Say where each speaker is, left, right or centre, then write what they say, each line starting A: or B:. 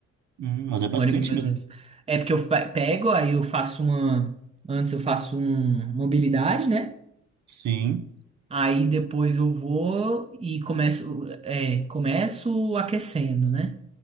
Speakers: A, on the right; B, on the right.
A: Hum, mas é bastante
B: Uma hora e meia mais
A: mesmo.
B: ou menos. É porque eu pe- pego, aí eu faço uma. Antes eu faço um mobilidade, né?
A: Sim.
B: Aí depois eu vou e começo, é, começo aquecendo, né?